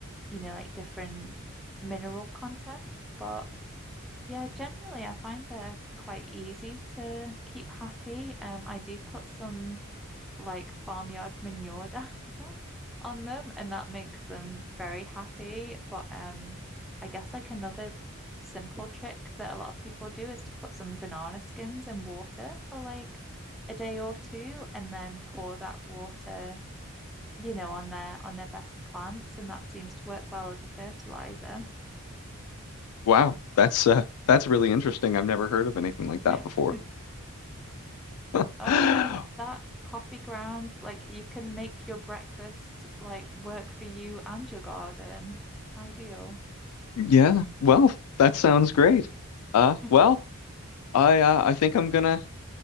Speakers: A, in the centre; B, on the left (about 80°).
A: you know, like different mineral content. But yeah, generally, I find they're quite easy to keep happy. Um, I do put some like farmyard manure down <laughs> on them, and that makes them very happy. But um, I guess like another simple trick that a lot of people do is to put some banana skins in water for like a day or two, and then pour that water you know, on their on their best plants, and that seems to work well as a fertilizer.
B: Wow, that's uh that's really interesting. I've never heard of anything like that
A: <laughs>
B: before. <laughs>
A: Oh yeah, that coffee grounds, like you can make your breakfast like work for you and your garden. Ideal.
B: Yeah, well, that sounds great. Uh,
A: <laughs>
B: well, I uh, I think I'm gonna